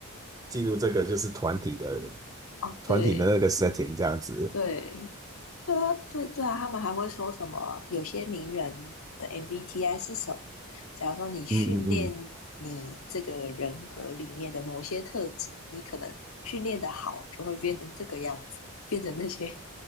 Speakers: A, on the right; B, on the left.
A: 进入这个就是团体的
B: <laughs> 哦，
A: 团体的那个
B: 对，
A: setting 这样子，
B: 对，对啊，对对啊，他们还会说什么？有些名人的 MBTI 是什么？假如说你训练你这个人格里面的某些特质，
A: 嗯嗯嗯，
B: 你可能训练的好，就会变成这个样子，变成那些